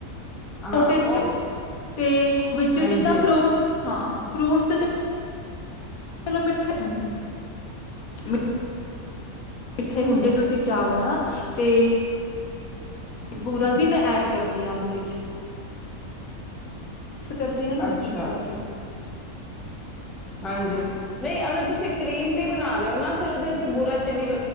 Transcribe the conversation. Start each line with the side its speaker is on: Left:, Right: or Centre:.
Centre: ਹਾਂ
Left: ਟ
Centre: ਉਹ
Left: ਤੇ ਵਿੱਚੋਂ
Centre: ਹਾਂਜੀ
Left: ਜਿੱਦਾਂ ਫਰੂਟਸ ਹਾਂ ਫਰੂਟਸ ਚਲੋ ਮਿੱਠੇ ਹ ਹ ਮਿੱਠੇ ਹੁੰਦੇ ਤੁਸੀਂ ਚਾਹਓ ਨਾ ਤੇ ਬੂਰਾ ਵੀ ਮੈਂ ਐਡ ਕਰਦੀ ਹਾਂ ਉਹਦੇ ਵਿੱਚ ਕਰਦੇ ਆ ਨਾ
Centre: ਅੱਛਾ
Left: ਇਸ ਕਰਕੇ
Centre: ਹਾਂਜੀ ਨਹੀਂ ਅਗਰ ਤੁਸੀਂ ਕਰੀਮ ਦੀ ਬਣਾ ਰਹੇ ਹੋ ਨਾ ਫਿਰ ਉਹਦੇ ਚ ਬੁਰਾ ਚੀਨੀ